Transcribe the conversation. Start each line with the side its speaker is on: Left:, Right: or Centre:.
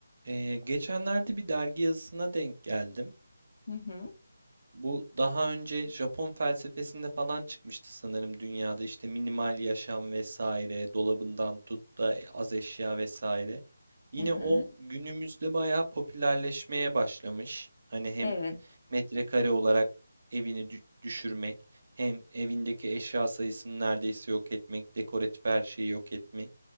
Right: Ee, geçenlerde bir dergi yazısına denk geldim.
Left: Hı hı.
Right: Bu daha önce Japon felsefesinde falan çıkmıştı sanırım dünyada işte minimal yaşam vesaire, dolabından tut da az eşya vesaire. Yine
Left: Hı hı.
Right: o günümüzde bayağı popülerleşmeye başlamış. Hani hem
Left: Evet.
Right: metrekare olarak evini dü- düşürmek, hem evindeki eşya sayısını neredeyse yok etmek, dekoratif her şeyi yok etmek.